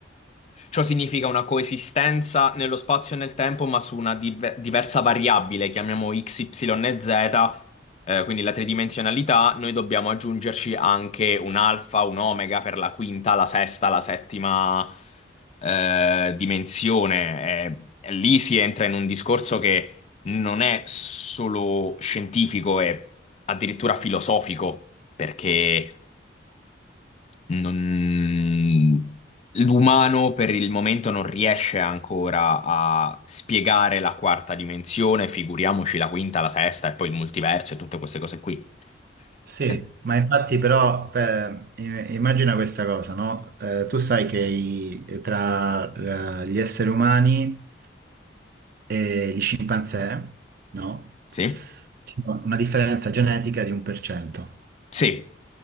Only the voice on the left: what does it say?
Ciò significa una coesistenza nello spazio e nel tempo, ma su una div- diversa variabile, chiamiamo x, y e z, eh, quindi la tridimensionalità, noi dobbiamo aggiungerci anche un alfa, un omega per la quinta, la sesta, la settima, eh, dimensione. E lì si entra in un discorso che non è solo scientifico, è addirittura filosofico, perché non- L'umano per il momento non riesce ancora a spiegare la quarta dimensione, figuriamoci la quinta, la sesta e poi il multiverso e tutte queste cose qui.
Sì?
Sì?
Sì.